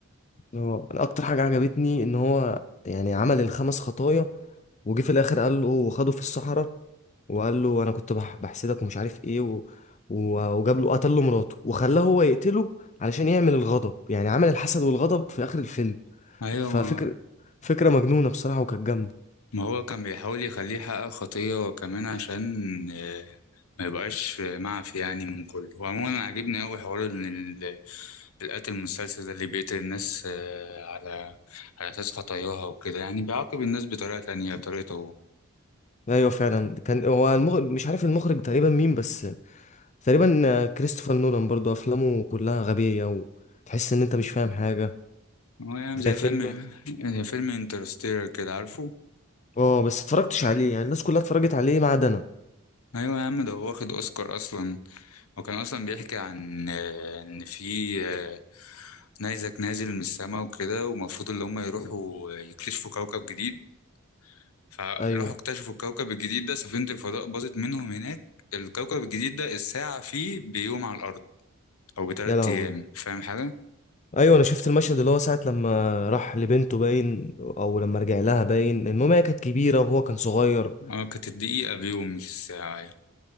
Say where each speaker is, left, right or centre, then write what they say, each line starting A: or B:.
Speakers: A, on the left; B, on the left.
A: هو أنا اكتر حاجه عجبتني ان هو يعني عمل الخمس خطايا وجي في الاخر قال له وخده في الصحراء وقال له انا كنت بح- بحسدك ومش عارف ايه و... و... وجاب له قتل له مراته وخلاه هو يقتله علشان يعمل الغضب يعني عمل الحسد والغضب في اخر الفيلم
B: ايوه
A: ففكر
B: ما,
A: فكره مجنونه بصراحه وكانت جامده
B: ما هو كان بيحاول يخليه يحقق خطية وكمان عشان آه، ما يبقاش آه، معفي يعني من كله وعموما عجبني قوي حوار ان ال- القاتل المسلسل ده اللي بيقتل الناس آه، على على أساس خطاياها وكده يعني بيعاقب الناس بطريقة تانية بطريقته هو
A: ايوه فعلا كان هو المخرج مش عارف المخرج تقريبا مين بس تقريبا آه، كريستوفر نولان برضو افلامه كلها غبيه وتحس ان انت مش فاهم حاجه
B: هو يعني
A: ده
B: زي
A: فيلم
B: فيلم زي فيلم انترستيلر كده عارفه
A: اه بس اتفرجتش عليه يعني الناس كلها اتفرجت عليه ما عدا انا
B: أيوة يا عم ده هو واخد أوسكار أصلا وكان أصلا بيحكي عن آه، إن في آه، نيزك نازل من السماء وكده ومفروض اللي هما يروحوا آه، يكتشفوا كوكب جديد فراحوا
A: ايوه
B: اكتشفوا الكوكب الجديد ده سفينة الفضاء باظت منهم هناك الكوكب الجديد ده الساعة فيه بيوم على الأرض أو بتلات
A: يا لهوي
B: أيام فاهم حاجة؟
A: ايوه انا شفت المشهد اللي هو ساعه لما راح لبنته باين او لما رجع لها باين المهم هي كانت كبيره وهو كان صغير
B: اه كانت الدقيقة بيوم مش الساعة يعني.